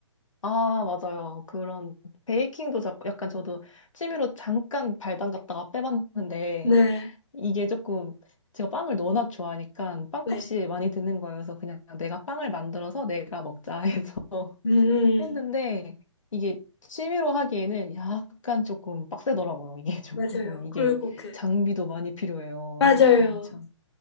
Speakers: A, on the left; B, on the left.
A: 아, 맞아요. 그런 베이킹도 자- 약간 저도 취미로 잠깐 발 담갔다가 빼봤는데
B: 네,
A: 이게 조금 제가 빵을 워낙 좋아하니까 빵값이
B: 네,
A: 많이 드는 거여서 그냥 내가 빵을 만들어서 내가 먹자 해서 <laughs>
B: 음,
A: 했는데 이게 취미로 하기에는 약간 조금 빡세더라고요. 이게 <laughs>
B: 맞아요.
A: 조금 이게
B: 그리고 그
A: 장비도 많이 필요해요.
B: 맞아요.
A: 아, 아, 참.